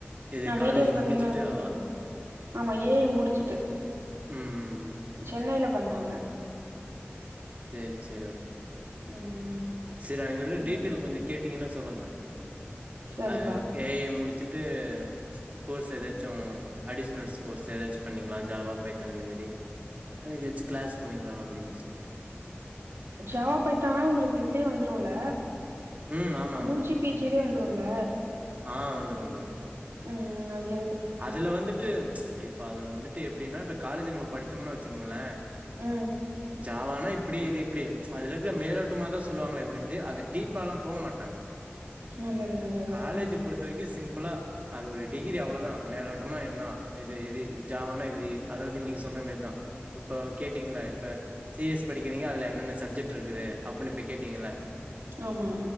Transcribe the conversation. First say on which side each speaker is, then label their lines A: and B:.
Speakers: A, on the right (about 35°); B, on the right (about 80°).
A: இது
B: நா
A: காலேஜ்
B: டீட்டெயில் பாத்தீங்கன்னா
A: முடிச்சுட்டா?
B: அத பத்தி கேக்கல ஆமா ஏ ஐ முடிச்சுட்டு
A: ம் ம், ம்.
B: சென்னையில பண்ணாங்க
A: சேரி சேரி ஓகே
B: ம்
A: செரி அவிங்கள்ட்ட
B: நல்லதுப்பா
A: டீட்டெயில் கொஞ்சொ கேட்டீங்கன்னா சொல்லுங்க
B: சரிப்பா
A: அ ஏ ஐ முடிச்சுட்டு கோர்ஸ் எதாச்சு அடிஷ்னல்ஸ் கோர்ஸு ஏதாச்சும் பண்ணீங்ளா ஜாவா பைத்தான் அந்த மேரி அதுக்கு ஏச்சு க்ளாஸ் போணீங்ளா அப்டின் சொல்ட்டு
B: ஜவா பைத்தான் லா உங்களுக்கு இதுலயே வந்துருல
A: ம். ஆமா, ஆமா.
B: யூ ஜி பி ஜி லயே வந்துரும்ல
A: ஆ வந்துரு வந்துரு வந்துரு
B: ம் ஓகே ஓ
A: அதுல வந்துட்டு இப்ப அதுல வந்துட்டு எப்டின்னா இப்ப காலேஜ் நம்ம படிச்சம்னா வச்சுக்கங்கள
B: அ
A: ஜாவானா இப்டி இது இப்டி அதிலருக்கிற மேலோட்டமா தா சொல்லுவாங்களே ஓழிஞ்சி அது டீப்பாலாம் போ மாட்டாங்க
B: நல்லது நல்லது
A: காலேஜி
B: ஆ
A: பொறுத்த வரைக்கு சிம்பிளா அது ஒரு டி கிரி அவ்ளதா மேலோட்டமா என்னா இது இது ஜாவானா இது அதாவ்து நீங்க சொல்ற மேரிதான் இப்போ கேட்டீங்கள இப்ப சி எஸ் படிக்கிறீங்க அதுல என்னென்ன சப்ஜெட்ருக்குது அப்பினு இப்ப கேட்டீங்கள
B: ஆமா